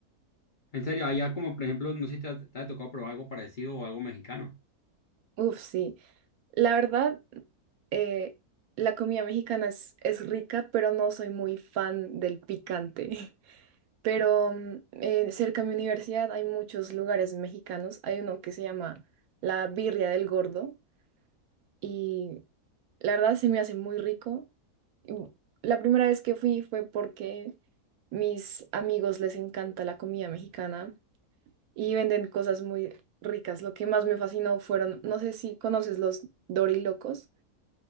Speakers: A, on the left; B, on the right.
A: En serio, allá como por ejemplo, no sé si te ha, te ha tocado probar algo parecido o algo mexicano.
B: Uf, sí. La verdad, eh, la comida mexicana es, es rica, pero no soy muy fan del picante. <laughs> Pero mm, eh, cerca de mi universidad hay muchos lugares mexicanos. Hay uno que se llama La Birria del Gordo y la verdad se me hace muy rico. Y bu- La primera vez que fui fue porque mis amigos les encanta la comida mexicana y venden cosas muy ricas. Lo que más me fascinó fueron, no sé si conoces los dorilocos,